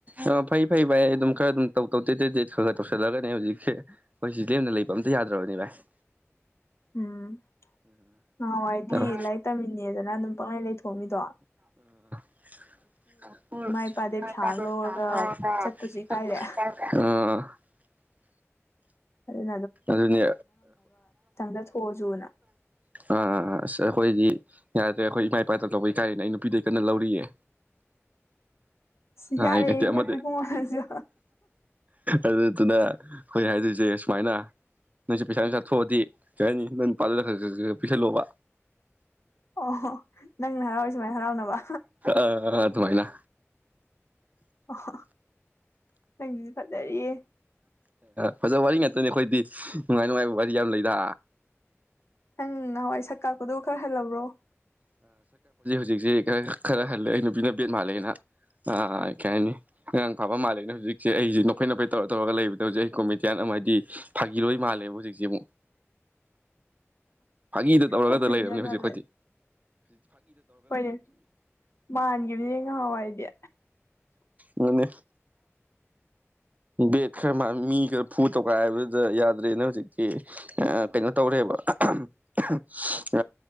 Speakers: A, on the right; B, on the left.
A: ꯑꯣ ꯑ ꯐꯩ ꯐꯩ ꯚꯥꯏ ꯑꯩ ꯑꯗꯨꯝ ꯈꯔ ꯑꯗꯨꯝ ꯇꯧ ꯇꯧ ꯇꯦ ꯇ ꯇꯦ ꯈꯔ ꯈꯔ ꯇꯧꯁꯜꯂꯒꯅꯦ ꯍꯧꯖꯤꯛꯁꯦꯈꯣꯏ ꯁꯤꯦ ꯂꯦꯝꯅ ꯂꯩꯕ ꯑꯝꯇ ꯌꯥꯗ꯭ꯔꯕꯅꯤ ꯚꯥꯏ <inaudible>
B: ꯎꯝ ꯑꯣ ꯍꯥꯏꯗꯤ
A: ꯑꯥ
B: ꯂꯥꯏꯔꯤꯛ ꯇꯝꯃꯤꯅꯦꯗꯅ ꯑꯗꯨꯝ ꯄꯛꯅꯩ ꯂꯩꯊꯣꯑꯃꯤꯗꯣ
A: <inaudible>
B: ꯏꯄꯥꯗꯩ ꯄꯩꯁꯥ ꯑꯃ ꯂꯧꯔꯒ
A: <inaudible>
B: ꯆꯠꯄꯁꯨ ꯏꯀꯥꯏꯔꯦ ꯎꯝ
A: ꯑꯗꯨꯅꯤ
B: ꯆꯠꯊꯣꯛꯑꯁꯨꯅ
A: ꯑꯥ ꯑꯩꯈꯣꯏꯗꯤ ꯌꯥꯗ꯭ꯔꯦ ꯑꯩꯈꯣꯏ ꯏꯃꯥ ꯏꯄꯥꯇ ꯇꯧꯕꯩ ꯀꯥꯏꯅꯦ ꯑꯩ ꯅꯨꯄꯤꯗ ꯀꯟꯅ ꯂꯧꯔꯤꯌꯦ
B: ꯁꯤ
A: ꯑꯦ
B: ꯌꯥꯔꯦ
A: ꯃ
B: ꯏꯕꯨꯡꯉꯣ ꯅꯪꯁꯨ
A: ꯑꯗꯨ ꯊꯅ ꯍꯣꯏ ꯍꯥꯏꯗꯣꯏꯁꯦ ꯁꯨꯃꯥꯏꯅ ꯅꯪꯁꯦ ꯄꯩꯁꯥ ꯄꯩꯁꯥ ꯊꯣꯛꯑꯗꯤ ꯀꯩ ꯍꯥꯏꯅꯤ ꯅꯪ ꯄꯥꯜ ꯄꯤꯁꯜꯂꯣꯕ
B: ꯑꯣ ꯅꯪꯅ ꯍꯔꯥꯎꯔꯤ ꯁꯨꯃꯥꯏꯅ ꯍꯔꯥꯎꯅꯕ
A: ꯑ ꯑꯗꯨꯃꯥꯏ ꯂ
B: ꯑꯣ ꯅꯪꯗꯤꯁꯨ ꯐꯖꯔꯤꯌꯦ
A: ꯐꯖꯕ ꯋꯥꯔꯤ ꯉꯥꯛꯇꯅꯤ ꯑꯩꯈꯣꯏꯗꯤ ꯅꯨꯡꯉꯥꯏ ꯅꯨꯡꯉꯥꯏꯕ ꯋꯥꯔꯤ ꯌꯥꯝ ꯂꯩꯗ
B: ꯅꯪ ꯅꯍꯥꯟꯋꯥꯏ ꯁꯛ ꯀꯥꯛꯄꯗꯨ ꯈꯔ ꯍꯜꯂꯕ꯭ꯔꯣ
A: ꯍꯧꯖꯤꯛꯁꯤ ꯈꯔ ꯈꯔ ꯍꯜꯂꯦ ꯑꯩ ꯅꯨꯄꯤꯅ ꯕꯦꯟ ꯃꯥꯜꯂꯦ ꯑꯩꯅ ꯑꯥ ꯀꯩ ꯍꯥꯏꯅꯤ ꯑꯉꯥꯡ ꯐꯥꯕ ꯃꯥꯜꯂꯦꯅꯦ ꯍꯧꯖꯤꯛꯁꯦ ꯑꯩꯁꯤ ꯅꯐꯩ ꯅꯐꯩ ꯇꯧꯔ ꯇꯧꯔꯒ ꯂꯩꯕꯗ ꯍꯧꯖꯤꯛ ꯑꯩ ꯀꯣꯃꯦꯗꯤꯌꯥꯟ ꯑꯃ ꯍꯥꯏꯗꯤ ꯐꯥꯒꯤꯔꯣꯏ ꯃꯥꯜꯂꯦꯕ ꯍꯧꯖꯤꯛꯁꯦ ꯑꯃꯨꯛ <inaudible> ꯐꯥꯒꯤꯤꯗ ꯇꯧꯔꯒꯗ
B: ꯀꯣꯃꯦꯗꯤꯌꯥꯟ
A: ꯂꯩꯔꯕꯅꯤ ꯍꯧꯖꯤꯛ
B: ꯃꯥꯜꯂꯦ
A: ꯑꯩꯗꯤꯤ
B: ꯍꯣꯏꯅꯦ ꯃꯥꯟꯈꯤꯕꯗꯤ ꯉꯍꯥꯎ ꯍꯥꯏꯗꯤ
A: ꯃꯅꯤ ꯕꯦꯠ ꯈꯔ ꯃꯥ ꯃꯤ ꯈꯔ ꯐꯨ ꯇꯧꯈꯥꯏ ꯍꯥꯏꯕꯗꯨꯗ ꯌꯥꯗ꯭ꯔꯦꯅ ꯍꯧꯖꯤꯛꯇꯤ ꯀꯩꯅꯣ ꯇꯧꯔꯦꯕ <inaudible>